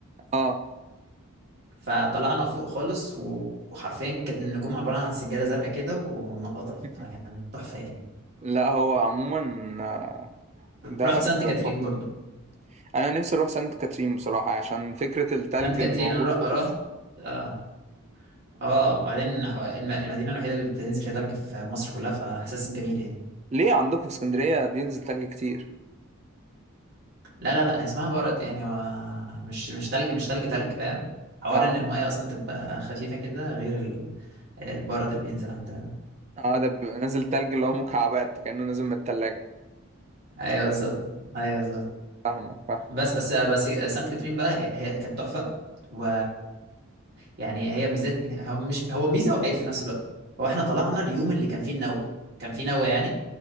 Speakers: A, on the right; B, on the right.
A: اه
B: فطلعنا فوق خالص و- وحرفيا كانت النجوم عباره عن سجاده زرقاء كده ومنقطه
A: <laughs>
B: فكان تحفه يعني
A: لا هو عموما آه، دهب
B: رحت سانت
A: تحفة.
B: كاترين برضو
A: انا نفسي اروح سانت كاترين بصراحه عشان فكره التلج
B: سانت كاترين
A: اللي موجود
B: انا
A: فوق
B: ر- رحت اه اه وبعدين الم- المدينه الوحيده اللي بتنزل فيها تلج في مصر كلها فاحساس جميل يعني
A: ليه عندكم في اسكندريه بينزل تلج كتير
B: لا لا لا اسمها برد يعني هو مش مش تلج مش تلج تلج فاهم حوار
A: آه.
B: ان المية اصلا تبقى خفيفة كده غير ال- البرد اللي بينزل عندنا
A: اه ده بيبقى نازل تلج اللي هو مكعبات كأنه نازل من التلاجة
B: ايوه بالظبط ايوه بالظبط
A: فاهمك فاهم
B: بس بس بس سانت كاترين بقى هي هي كانت تحفة و يعني هي ميزات هو مش هو ميزة وعيب في نفس الوقت هو احنا طلعنا اليوم اللي كان فيه النوة كان فيه نوة يعني